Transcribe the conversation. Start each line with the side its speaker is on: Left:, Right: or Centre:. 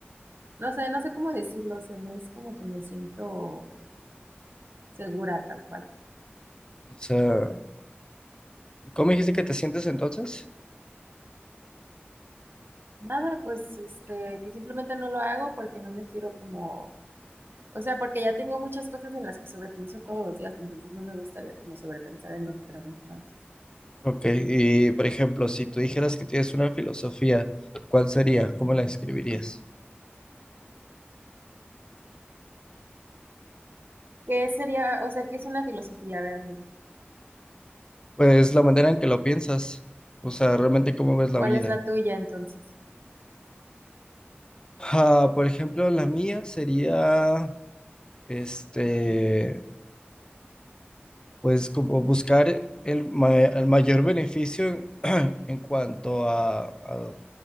Right: no sé, no sé cómo decirlo, o sea, no es como que me siento segura tal cual.
Left: O sea, ¿cómo dijiste que te sientes entonces?
Right: Nada, pues este, que simplemente no lo hago porque no me quiero como, o sea, porque ya tengo muchas cosas en las que sobrepienso todos los días, entonces no me gustaría como sobrepensar en otras más.
Left: Ok, y por ejemplo, si tú dijeras que tienes una filosofía, ¿cuál sería? ¿Cómo la describirías?
Right: ¿Qué sería, o sea, qué es una filosofía realmente?
Left: Pues la manera en que lo piensas, o sea, realmente cómo ves
Right: ¿Y
Left: la
Right: cuál
Left: vida.
Right: es la tuya entonces?
Left: Ah, por ejemplo, la mía sería, este, pues como buscar el, ma- el mayor beneficio en, en cuanto a, a-